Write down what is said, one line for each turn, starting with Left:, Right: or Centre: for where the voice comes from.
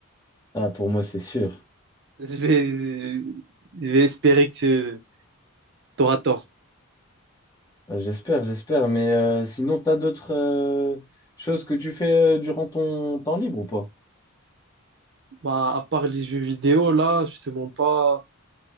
Left: Ah, pour moi, c'est sûr.
Right: je vais, je vais espérer que tu auras tort.
Left: Bah, J'espère, j'espère. Mais euh, sinon, t'as d'autres euh, choses que tu fais euh, durant ton temps libre ou pas?
Right: Bah, à part les jeux vidéo, là, je te mens pas.